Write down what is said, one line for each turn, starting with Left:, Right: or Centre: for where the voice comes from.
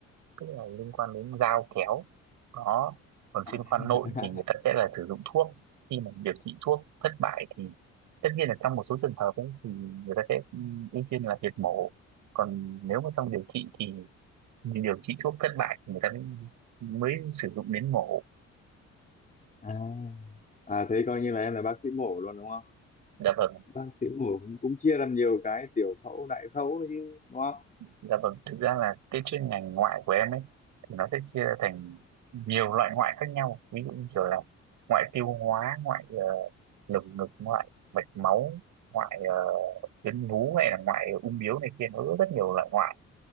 Right: tức là liên quan đến dao kéo đó còn chuyên
Left: à,
Right: khoa
Left: <laughs>
Right: nội thì người ta sẽ là sử dụng thuốc khi mà điều trị thuốc thất bại thì tất nhiên là trong một số trường hợp ấy, thì người ta sẽ ừ, ưu tiên là việc mổ còn nếu mà trong điều trị thì thì điều trị thuốc thất bại thì người ta mới mới sử dụng đến mổ
Left: à à thế coi như là em là bác sĩ mổ luôn đúng không?
Right: dạ vâng
Left: Bác sĩ mổ cũng cũng chia làm nhiều cái tiểu phẫu đại phẫu đấy chứ đúng không?
Right: Dạ vâng, thực ra là cái chuyên ngành ngoại của em ấy thì nó sẽ chia ra thành nhiều loại ngoại khác nhau. Ví dụ như kiểu là ngoại tiêu hóa, ngoại ờ, lồng ngực, ngoại mạch máu, ngoại ờ, tuyến vú hay là ngoại ung bướu này kia nó rất rất nhiều loại ngoại.